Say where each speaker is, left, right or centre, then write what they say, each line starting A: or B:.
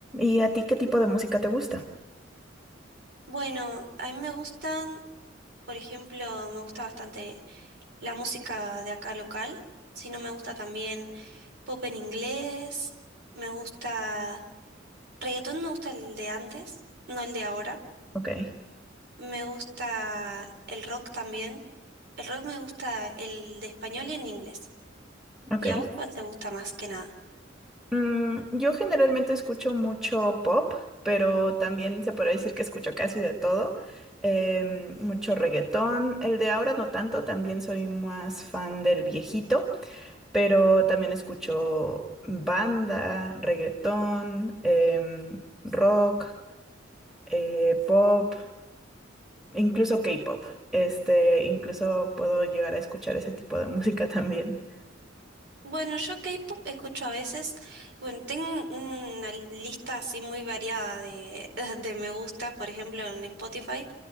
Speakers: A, in the centre; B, on the right.
A: ¿Y a ti qué tipo de música te gusta?
B: Bueno, a mí me gustan, por ejemplo, me gusta bastante la música de acá local, si no me gusta también pop en inglés, me gusta reggaetón, me gusta el de antes, no el de ahora,
A: Ok.
B: me gusta el rock también, el rock me gusta el de español y en inglés.
A: Ok.
B: ¿Y a vos cuál te gusta más que nada?
A: Mm, yo generalmente escucho mucho pop, pero también se podría decir que escucho casi de todo. Em, mucho reggaetón. El de ahora no tanto, también soy más fan del viejito, pero también escucho banda, reggaetón, em, rock, eh, pop, incluso K-pop. Este, incluso puedo llegar a escuchar ese tipo de <laughs> música también.
B: Bueno, yo K-pop escucho a veces, bueno, tengo un- una lista así muy variada de, <laughs> de me gusta, por ejemplo, en Spotify.